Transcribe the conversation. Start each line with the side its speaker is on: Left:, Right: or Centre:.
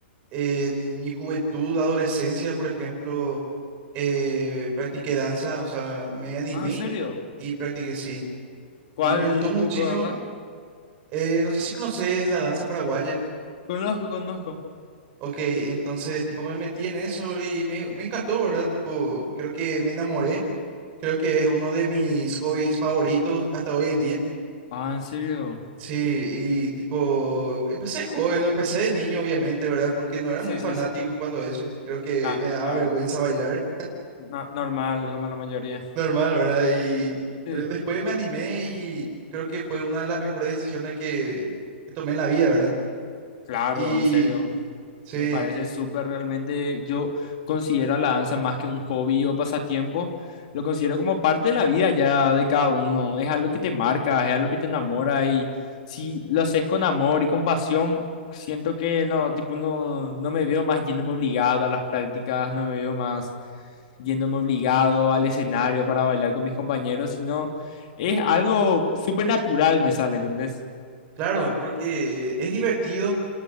Right: en mi juventud, adolescencia, por ejemplo, eh, practiqué danza, o sea, me animé
Left: Ah, ¿en serio?
Right: y practiqué, sí.
Left: ¿Cuál
Right: Y me gustó muchísimo.
Left: tipo de danza?
Right: Eh, no sé si conoces la danza paraguaya.
Left: Conozco, conozco.
Right: Ok, entonces, tipo, me metí en eso y me, me encantó, ¿verdad? Tipo, creo que me enamoré. Creo que es uno de mis hobbies favoritos hasta hoy en día.
Left: Ah, ¿en serio?
Right: Sí, y tipo, empecé joven, no empecé de niño, obviamente, ¿verdad? Porque no era
Left: Sí,
Right: muy
Left: sí,
Right: fanático
Left: sí.
Right: cuando eso. Creo que
Left: Ah,
Right: me daba
Left: Claro.
Right: vergüenza bailar.
Left: No- normal, como la mayoría.
Right: Normal, ¿verdad? Y
Left: Sí.
Right: creo- después me animé y creo que fue una de las mejores decisiones que, que tomé en la vida, ¿verdad?
Left: Claro,
Right: Y
Left: en serio.
Right: sí,
Left: Me parece súper realmente. Yo considero a la danza más que un hobby o pasatiempo. Lo considero como parte de la vida ya de cada uno. Es algo que te marca, es algo que te enamora. Y si lo haces con amor y con pasión, siento que no, tipo, no, no me veo más yéndome obligado a las prácticas, no me veo más yéndome obligado al escenario para bailar con mis compañeros, sino es algo súper natural, me sale, ¿entendés?
Right: claro, porque es divertido.